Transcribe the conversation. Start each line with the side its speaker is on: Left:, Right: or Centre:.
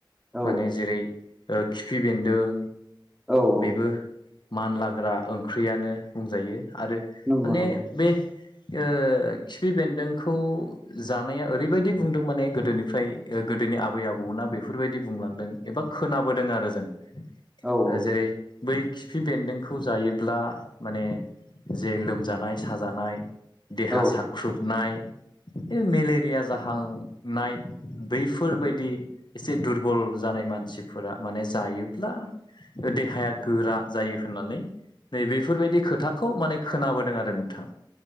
Centre: औ
Left: माने जेरै ओ खिफि बेन्दों।
Centre: औ औ
Left: बेबो मानलाग्रा ओंख्रियानो बुंजायो आरो
Centre: नंगौ
Left: माने
Centre: नंगौ
Left: बे ओ खिफि बेन्दोंखौ जानाया ओरैबायदि बुंदों माने गोदोनिफ्राय गोदोनि आबै आबौना बेफोरबायदि बुंलांदों एबा खोनाबोदों आरो जों ओ
Centre: औ औ
Left: जेरै बै खिफि बेन्दोंखौ जायोब्ला माने जे लोमजानाय साजानाय देहा
Centre: औ
Left: साख्रुबनाय बे मेलेरिया जाह हांनाय बैफोरबायदि एसे दुरबल जानाय मानसिफोरा माने जा हायोब्ला देहाया गोरा जायो होननानै नै बेफोरबायदि खोथाखौ माने खोनाबोदों आरो नोंथां।